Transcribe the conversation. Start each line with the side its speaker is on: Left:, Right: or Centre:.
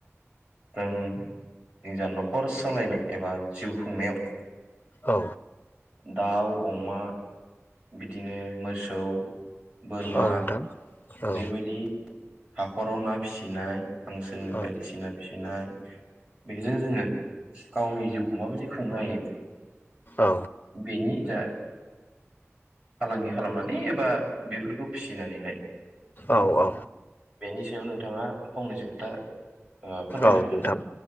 Right: जों निजा नखर सलायनो एबा जिउ खुंनायाव
Left: औ
Right: दाउ अमा बिदिनो मोसौ बोरमा
Left: औ नोंथां औ
Right: बेबायदि हाखराव ना फिसिनाय हांसो
Left: औ
Right: बायदि सिना फिसिनाय बेदिनो जोङो गावनि जिउखौ माबायदि खुंनो हायो
Left: औ
Right: बेनि जा फालांगि खालामनानै एबा बेफोरखौ फिसिनानैहाय
Left: औ औ
Right: बेनि सायाव नोंथाङा फंनैसो खोथा ओ फोरमायनो
Left: औ
Right: हागोन
Left: नोंथां
Right: ना